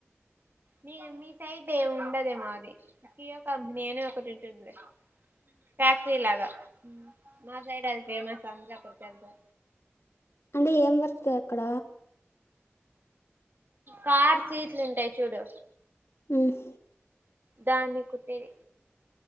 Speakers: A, on the right; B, on the left.
A: మీ మీ సైడ్ ఏం ఉండదేమో అది దియో కమ్ నేను ఒకటి ఉంటుంది లే ఫ్యాక్టరీ లాగా మా సైడ్ అది ఫేమస్ సంజా కొడితే ఎంతో
B: అంటే ఏం వర్క్ అక్కడ
A: కార్ సీట్లు ఉంటాయి చూడు
B: హ్మ్
A: దాన్ని కుట్టేది